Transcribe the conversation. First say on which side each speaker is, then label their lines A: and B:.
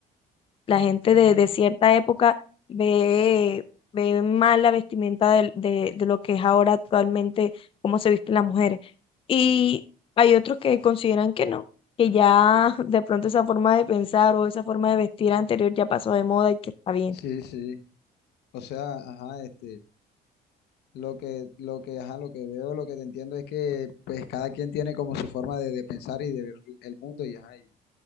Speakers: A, on the left; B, on the left.
A: la gente de, de cierta época ve, ve mal la vestimenta del- de, de lo que es ahora actualmente, cómo se visten las mujeres. Y hay otros que consideran que no, que ya <laughs> de pronto esa forma de pensar o esa forma de vestir anterior ya pasó de moda y que está bien.
B: Sí, sí. O sea, ajá, este. Lo que, lo que, ajá, lo que veo, lo que te entiendo es que pues cada quien tiene como su forma de, de pensar y de ver el mundo y, ajá, y,